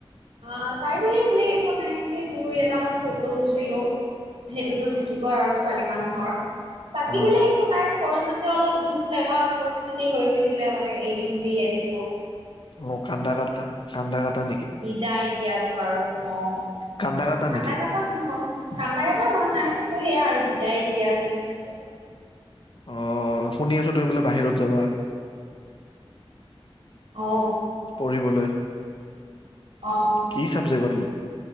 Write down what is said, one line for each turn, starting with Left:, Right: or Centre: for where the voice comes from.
Right: অ তাই বাহ মিল শু নাই এনেিয় দুই এটামান ফটো উঠিলো সেইটোতো থাকিবই আৰু ছোৱালী মানুহৰ বাকী
Left: অ
Right: বেলেগ একো নাই কলেজত এ অলপ দুখ লগা পৰিস্থিতি হৈ গৈছিলে মানে এৰিং যিহেেতটো
Left: অ', কান্দা কাটা, কন্দ কাটা নেকি?
Right: বিদায় দিয়াত। আৰু অ',
Left: কান্দা কাটা
Right: কান্দা
Left: নেকি?
Right: কাটা হোৱা, কান্দা কটা হোৱা নাই। কিন্তু সেয়া আৰু বিদায় দিয়া যেন হৈছে মানে
Left: অ', শুনি আছো তুমি বোলে বাহিৰত যাবা।
Right: অ
Left: পঢ়িবলৈ।
Right: অ
Left: কি চাবজেক্টত?